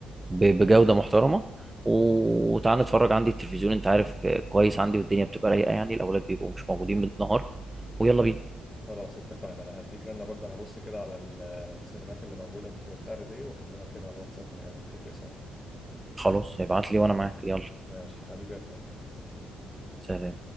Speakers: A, on the right; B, on the left.
A: ب- بجوده
B: قشطة
A: محترمه و- وتعالى نتفرج عندي التلفزيون انت عارف آه، كويس عندي والدنيا بتبقى رايقه يعني الاولاد بيبقوا مش موجودين بالنهار ويلا بينا
B: خلاص اتفقنا انا هديك رنه برضه انا هبص كده على ال- السينمات اللي موجوده بت- بتعرض ايه واكلمك كده على الواتساب نتفق سوا
A: خلاص ابعت لي وانا معاك يلا
B: ماشي حبيبي يا فادي مع السلامه
A: سلام